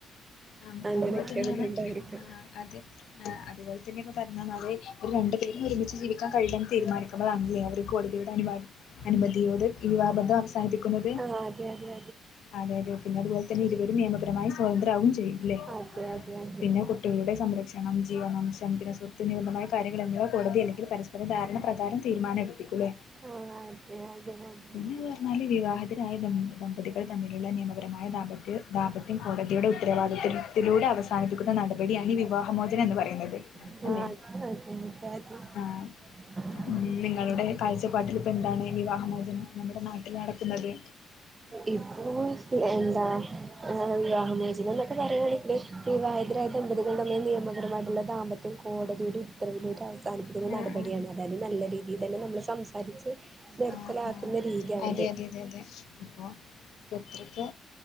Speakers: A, on the left; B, on the right.
A: ആ
B: അങ്ങനെയൊക്കെയാണ്
A: അതുപോലെ തന്നെയാണ്
B: ഇത് ഉണ്ടായിരിക്ക
A: ആ അതെ അതുപോലെ തന്നെ ഇപ്പൊ പറന്ന അതെ ഒരു രണ്ടുപേരും ഒരുമിച്ച് ജീവിക്കാൻ കഴിയാ തീരുമാനിക്കതാണല്ലേ അവര് കോടതിയുടെ അനുവാദം അനുമതി നോട് വിവാഹ ബന്ധം അവസാനിപ്പിക്കുന്നത്
B: ആഹ് അതെ അതെ
A: അതെ അതെ പിന്നെ അതുപോലെ തന്നെ ഇരുവരും നിയമ പരമായ സ്വതന്ത്രം ആവും ചെയ്യുംല്ലെ
B: അതെ അതെ അതെ
A: പിന്നെ കുട്ടികളുടെ സംരക്ഷണം ജീവനം <unintelligible> തിന് മമായ കാര്യങ്ങൾ എല്ലാ കോടതി അല്ലെങ്കിൽ പരസ്പര ധാരണ പ്രകാരം തീരുമാന എടുപ്പിക്കൂല്ലേ
B: ആ അതെ അതെ അതെ
A: പിന്നെത് പറഞ്ഞാല് വിവാഹിതരായതാണ് ദമ്പതികൾ തമ്മിലുള്ള നിയമപരമായ ദാമ്പത്യം ദാമ്പത്യം കോടതിയുടെ ഉ ഉത്തരവാദിത്വത്തിലൂടെ അവസാനിപ്പിക്കുന്ന നടപടിയാണ് ഈ വിവാഹമോചനം എന്ന് പറയുന്നത്
B: ആ
A: അല്ലേ
B: അതെ അതെ
A: ആഹ്
B: അതെ അതെ
A: ഉം നിങ്ങളുടെ കാഴ്ചപ്പാട്ടിൽ ഇപ്പോ എന്താണ് വിവാഹമോചനം നമ്മുടെ നാട്ടിൽ നടക്കുന്നത്
B: ഇപ്പൊ എന്താ വിവാഹമോചനം പറയുള്ള ഈ വിവാഹിതരായ ദമ്പതികൾ തമ്മിൽ നിയമപരമായിട്ടുള്ള ദാമ്പത്യം കോടതിൻ്റെ ഉത്തരവിലൂടെ അവസാനിപ്പിക്കുന്ന
A: ആഹ്
B: നടപടിയാണ്
A: ആഹ്
B: അതായത് നല്ല രീതിയിൽ തന്നെ നമ്മൾ സംസാരിച്ച് നിർത്തലാക്കുന്ന
A: ആഹ് ആഹ് ആഹ്
B: രീതിയാണിത്
A: അതെ അതെ അതെ അതെ ഇപ്പോ ഇ എത്രക്കെ